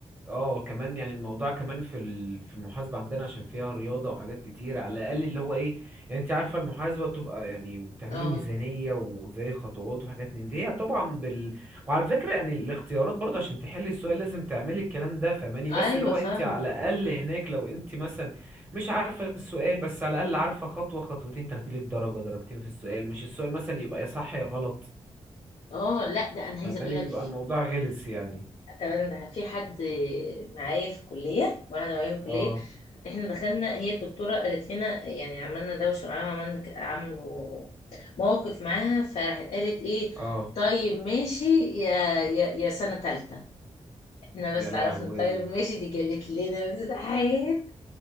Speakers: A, on the right; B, on the left.
A: اه كمان يعني الموضوع كمان في ال- في المحاسبة عندنا عشان فيها رياضة وحاجات كتير على الأقل اللي هو ايه يعني انت عارفة المحاسبة بتبقى يعني بتعملي
B: اه
A: ميزانية وزي خطوات وحاجات من دي هي طبعا بال وعلى فكرة يعني الاختيارات برضه عشان تحلي السؤال لازم تعملي الكلام ده فاهماني
B: ايوه
A: بس اللي هو
B: فاهمه
A: انت على الأقل هناك لو انت مثلا مش عارفة السؤال بس على الأقل عارفة خطوة خطوتين تاخديلك درجة درجتين في السؤال مش السؤال مثلا يبقى يا صح يا غلط
B: اه لا ده انا عايزه
A: فاهماني
B: اقول لك
A: بيبقى الموضوع غلس يعني
B: تمام ده في حد معايا في الكليه واحده معايا في الكليه
A: اه
B: احنا دخلنا هي الدكتوره قالت لنا يعني عملنا دوشه معاها وعملنا ك- عملوا موقف معاها فراحت قالت ايه
A: اه
B: طيب ماشي يا يا, يا سنه تالته احنا
A: يا
B: بس
A: لهوي
B: عرفنا طيب ماشي دي جابت لنا امتحان